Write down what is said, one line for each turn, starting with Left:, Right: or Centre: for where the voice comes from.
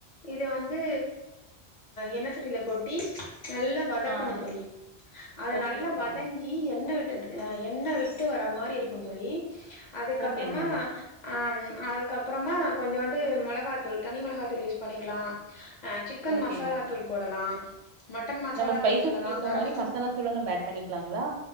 Left: இத வந்து என்ன சட்டில கொட்டி நல்லா வதக்கணும்
Right: ஆ
Left: தோழி அத
Right: ஓகே
Left: நல்லா
Right: ஓகேங்க
Left: வதங்கி என்ன விட் என்ன விட்டு வர மாரி இருக்கும் தோழி அதுக்கப்புறமா
Right: ஓகேங்க
Left: ஆ அதுக்கப்புறமா கொஞ்சுண்டு மிளகாத்தூள் தனி மிளகாத்தூள் யூஸ் பண்ணிக்கலாம் சிக்கன்
Right: ஓகேங்க
Left: மசாலா தூள் போடலாம் மட்டன் மசாலா
Right: நம்ம ஸ்பைசஸ்க்கு
Left: தூள் போடலாம்
Right: ஏத்த
Left: கரம்
Right: மாரி
Left: மசாலா
Right: தூள நம்ம ஆட் பண்ணிக்கலாங்களா